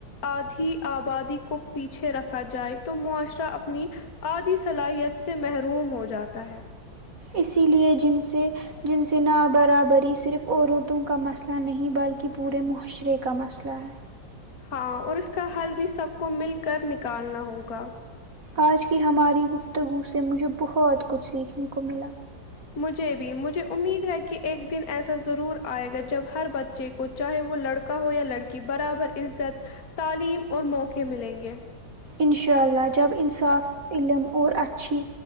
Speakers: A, on the left; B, on the right.
A: آدھی آبادی کو پیچھے رکھا جائے <inaudible> تو معاشرہ اپنی آدھی صلاحیت سے محروم ہو جاتا ہے
B: اسی لئے جن سے ن برابری صرف عورتوں کا مسئلہ نہیں بلکہ پورے معاشرے کا مسئلہ ہے
A: ہاں اور اس کا حل بھی سب کو مل کر نکالنا ہوگا
B: آج کی ہماری گفتگو سے مجھے بہت کچھ سیکھنے کو ملا
A: مجھے بھی مجھے امید ہے کہ ایک دن ایسا ضرور آئے گا جب ہر بچے کو چاہے وہ لڑکا ہو یا لڑکی برابر عزت تعلیم اور موقعے ملیں گے
B: انشاء اللہ جب انصاف علم اور اچھی